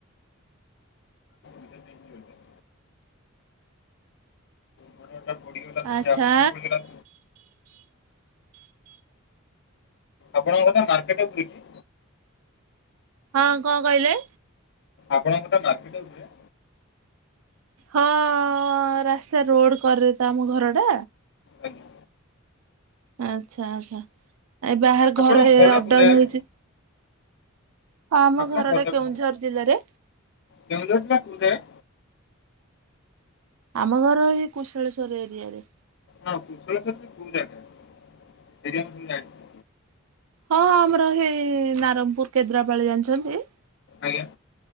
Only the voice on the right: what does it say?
ଆଚ୍ଛା
ହଁ କଁ କହିଲେ?
ହଁ ରାସ୍ତା ରୋଡ କରରେ ତ ଆମ ଘର ଟା।
ଆଛା ଆଛା ଏ ବାହାରେ
ଘରେ
ଅପଡାଉନ
ହେଇଚି। ହଁ ଆମ
ଘର
ଟା କେଉଁଝର ଜିଲ୍ଲାରେ।
ଆମ ଘର ଏଇ କୁଶଳେଶ୍ୱର ଏରିଆରେ।
ହଁ ଆମର ହେଇ ନାରଙ୍ଗପୁର କେଦ୍ରାପାଳି ଜାଣିଚନ୍ତି?